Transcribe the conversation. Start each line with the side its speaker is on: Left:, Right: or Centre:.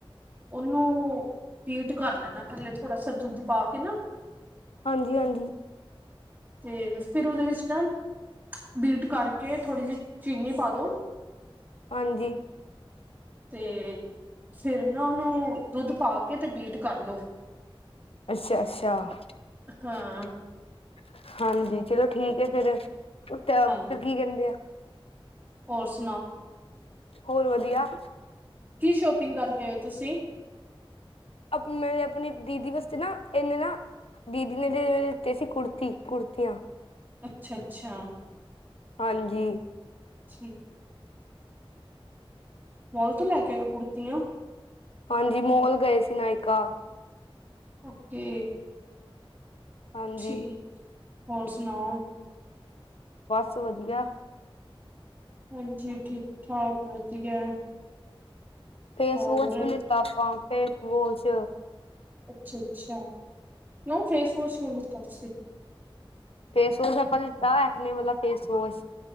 Right: ਓਨੂੰ ਬੀਟ ਕਰ ਲੈਣਾ, ਪਹਿਲੇ ਥੋੜਾ ਸਾ ਦੁੱਧ ਪਾ ਕੇ ਨਾ
Left: ਹਾਂਜੀ -ਹਾਂਜੀ
Right: ਤੇ, ਫਿਰ ਓਦੇ ਵਿੱਚ ਨਾ ਬੀਟ ਕਰਕੇ, ਥੋੜ੍ਹੀ ਜੀ ਚੀਨੀ ਪਾ ਦੋ
Left: ਹਾਂਜੀ।
Right: ਤੇ ਫਿਰ ਨਾ ਓਨੂੰ, ਦੁੱਧ ਪਾ ਕੇ ਤੇ ਬੀਟ ਕਰ ਲੋ
Left: ਅੱਛਾ-ਅੱਛਾ-ਹਾਂਜੀ
Right: ਹਾਂ
Left: ਚਲੋ ਠੀਕ ਐ ਫਿਰ, ਓਤਵ
Right: ਹਾਂਜੀ
Left: ਫਿਰ ਕੀ ਕੈਂਦੇ ਆ
Right: ਹੋਰ ਸੁ-
Left: ਹੋਰ ਵਦੀਆ
Right: ਕੀ ਸ਼ੋਪਿੰਗ ਕਰਕੇ ਆਏ ਓ ਤੁਸੀਂ?
Left: ਅਪਨੇ, ਅਪਨੇ ਦੀਦੀ ਵਸਤੇ ਨਾ, ਏਨੇ ਨਾ- ਦੀਦੀ ਨੇ ਤੇ ਲਿਤੇ ਸੀ ਕੁੜਤੀ- ਕੁੜਤੀਆਂ।
Right: ਅੱਛਾ-ਅੱਛਾ
Left: ਹਾਂਜੀ
Right: ਠੀਕ ਮੋਲ ਤੋਂ ਲੈ ਕੇ ਆਏ ਕੁੜਤੀਆਂ?
Left: ਹਾਂਜੀ ਮੋਲ ਗਏ ਸੀ ਨਾਇਕਾ
Right: ਓਕੇ
Left: ਹਾਂਜੀ
Right: ਠੀਕ, ਹੋਰ ਸੁਨਾਓ
Left: ਬਸ ਵਦੀਯਾ
Right: ਹਾਂਜੀ ਠੀਕ- ਠਾਕ ਵਧੀਆ
Left: ਫੇਸ
Right: ਹੋਰ
Left: ਵੋਸ਼ ਵੀ ਲਿੱਤਾ ਆਪਾਂ ਫੇਸ ਵੋਸ਼
Right: ਅੱਛਾ-ਅੱਛਾ, ਕਿਉਂ ਫੇਸ ਵਾਸ਼ ਕਿਉਂ ਲੀਤਾ ਤੁਸੀਂ
Left: ਫੇਸ ਵੋਸ਼ ਆਪਾਂ ਲਿੱਤਾ ਏਕਨੇ ਵਾਲਾ ਫੇਸ ਵਾਸ਼